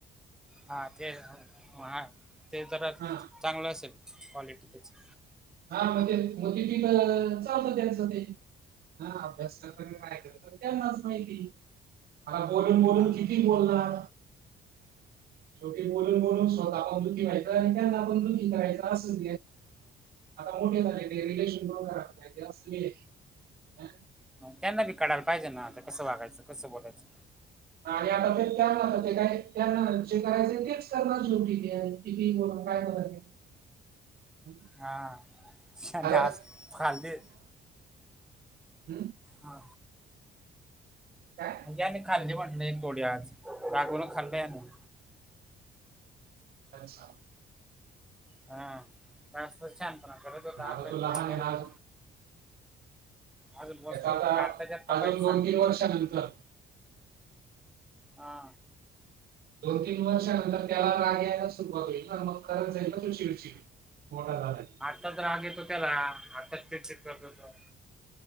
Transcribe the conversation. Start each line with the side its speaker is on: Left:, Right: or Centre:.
Centre: हा ते अ म्हाय ते तरच
Right: हा
Centre: चांगलं असेल कॉलीटी त्याचं
Right: हा म्हंजे मोती टीकालंल चालतं त्यांचं ते. हा अभ्यासचं पण <unintelligible> पण, त्यांनाच माहिती. आता बोलून -बोलून
Centre: हा
Right: किती बोलणार. शेवटी बोलून बोलून स्वतः पण दुःखी व्हायचं आणि त्यांना पण दुःखी करायचं असं <unintelligible> आता मोठे झाले ते रिलेशन वगैरे काही असतं की नाही, अं.
Centre: त्यांना बी कळायला पाहिजे ना, आता कसं वागायचं, कसं बोलायचं.
Right: आणि आता ते स्कॅम काय जे करायचं तेच करणार शेवटी ते. कितीही बोला, काय बोलायचं. <unintelligible>
Centre: हां शानी
Right: आता
Centre: आज फाले.
Right: हुं..
Centre: हा
Right: काय
Centre: म्हणजे आम्ही खांदेवाडीला आहे एक तोडी आज रागूनं खाल्लंय ना.
Right: अच्छा
Centre: हां आज तर शहाणपणा करत होता,
Right: आता
Centre: अभ्यास
Right: तो लहान
Centre: दिलेला
Right: आहे
Centre: करत
Right: ना अजून.
Centre: नाही. अजून वस्तू
Right: तेच्यावर आता
Centre: आत्ताच्या आत्ता पाहिजे
Right: अजून दोन
Centre: सांग
Right: -तीन वर्षानंतर
Centre: हा
Right: दोन -तीन वर्षानंतर त्याला राग यायला सुरुवात होईल ना मग,, करत जाईल ना तो चिडचिड मोठा झाला की,
Centre: आत्ताच राग येतो त्याला आत्ताच चिडचिड करतो तो.